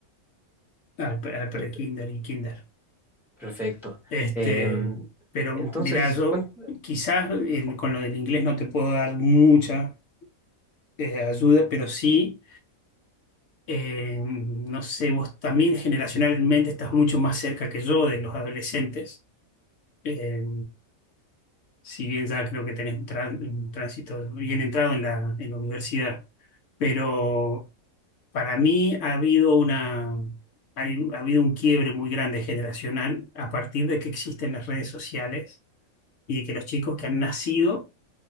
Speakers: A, on the left; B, in the centre.
A: al, pre- al pre-kinder
B: Perfecto.
A: y kinder.
B: Perfecto.
A: Este,
B: Em,
A: pero
B: entonces,
A: mira, yo
B: bueno,
A: quizás en- con lo del inglés no te puedo dar mucha eh, ayuda, pero sí, eh, no sé, vos también generacionalmente estás mucho más cerca que yo de los adolescentes. Eh, si bien ya creo que tenés un, tra- un tránsito bien entrado en la, en la universidad, pero Para mí ha habido una, hay- ha habido un quiebre muy grande generacional a partir de que existen las redes sociales y de que los chicos que han nacido